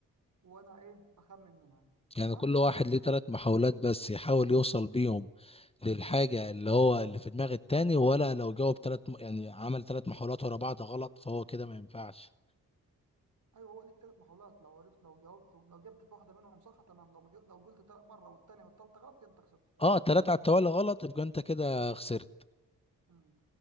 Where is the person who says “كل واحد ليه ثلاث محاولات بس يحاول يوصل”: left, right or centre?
Left